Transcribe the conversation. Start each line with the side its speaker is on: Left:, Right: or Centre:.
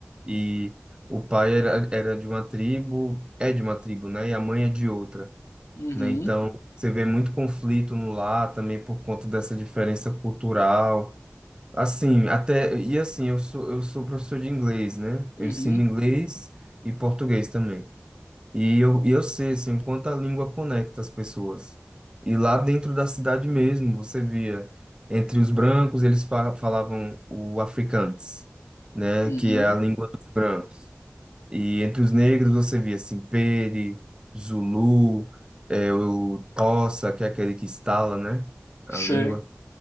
Right: e o pai era, era de uma tribo, é de uma tribo, né? E a mãe é de outra.
Left: Uhum,
Right: né? Então, você vê muito conflito no lar também por conta dessa diferença cultural. Assim, até e assim, eu sou eu sou professor de inglês, né? Eu
Left: uhum,
Right: ensino inglês e português também. E eu, e eu sei, assim, o quanto a língua conecta as pessoas. E lá dentro da cidade mesmo, você via entre os brancos, eles fa- falavam o afrikaans, né,
Left: uhum.
Right: que é a língua dos brancos. E entre os negros você via Simpere, Zulu, eh, o Tossa, que é aquele que estala, né, a
Left: Sim.
Right: língua.